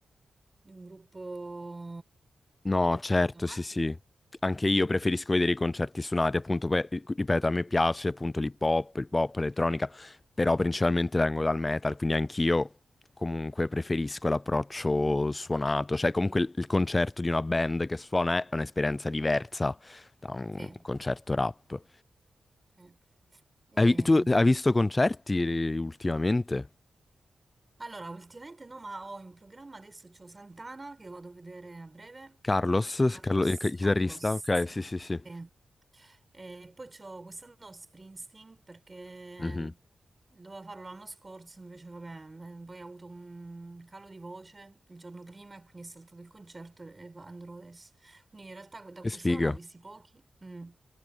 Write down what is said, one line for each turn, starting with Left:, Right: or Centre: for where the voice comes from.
Right: di un gruppo...
Left: No, certo,
Right: No, ma
Left: sì,
Right: anche-
Left: sì. Anche io
Right: mm,
Left: preferisco vedere i concerti suonati, appunto, poi, eh, ripeto, a me piace appunto l'hip hop, il pop, l'elettronica, però principalmente vengo dal metal, quindi anch'io comunque preferisco l'approccio suonato, cioè comunque il il concerto di una band che suona è un'esperienza diversa da un
Right: sì,
Left: concerto rap.
Right: sì. Eh,
Left: Hai vi- tu hai visto concerti ultimamente?
Right: allora, ultimamente no, ma ho in programma adesso c'ho Santana che vado a vedere a breve.
Left: Carlos,
Right: Carlos,
Left: Carlo- il chitarrista?
Right: Carlos.
Left: Ok, sì, sì, sì.
Right: sì. E poi c'ho quest'anno Springsteen perché
Left: Mhm.
Right: dovevo farlo l'anno scorso, invece vabbè, eh, poi ho avuto un calo di voce il giorno prima e quindi è saltato il concerto e e va- andrò adesso. Quindi in realtà da
Left: Che
Right: quest'anno
Left: sfiga.
Right: ne ho visti pochi, mm,